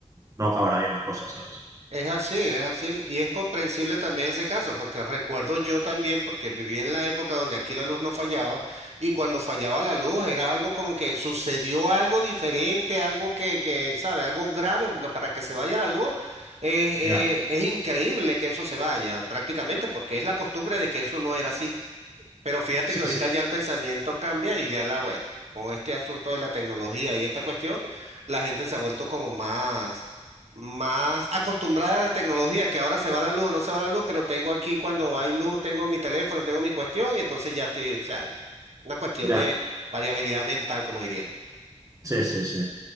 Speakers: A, on the right (about 25°); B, on the right (about 60°).
A: no acabará bien la cosa, ¿sabes?
B: Es así, es así. Y es comprensible también ese caso, porque recuerdo yo también, porque viví en la época donde aquí la luz no fallaba, y cuando fallaba la luz era algo como que sucedió algo diferente, algo que, que, ¿sabe? Algo grave, porque para que se vaya la luz es, es
A: Ya,
B: es increíble que eso se vaya prácticamente, porque es la costumbre de que eso no era así. Pero fíjate
A: sí,
B: que ahorita
A: sí.
B: ya el pensamiento cambia y ya la, bueno, con este asunto de la tecnología y esta cuestión, la gente se ha vuelto como más, más acostumbrada a la tecnología, que ahora se va la luz o no se va la luz, pero tengo aquí cuando hay luz, tengo mi teléfono, tengo mi cuestión y entonces ya estoy, o sea, una cuestión
A: Ya,
B: de variabilidad mental, como dirían.
A: sí, sí, sí.